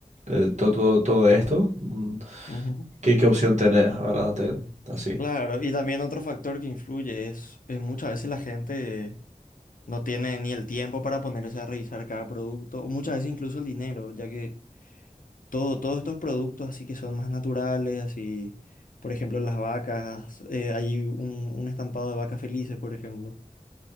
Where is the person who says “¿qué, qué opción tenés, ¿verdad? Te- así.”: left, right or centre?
Right